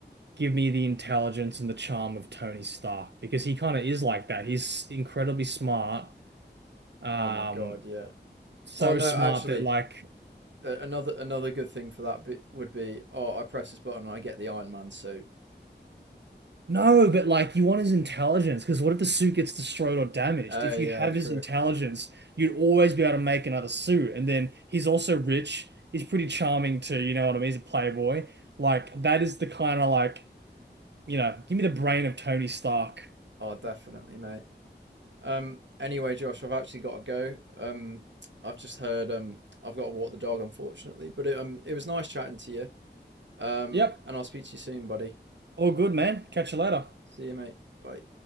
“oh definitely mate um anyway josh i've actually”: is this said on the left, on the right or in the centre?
Right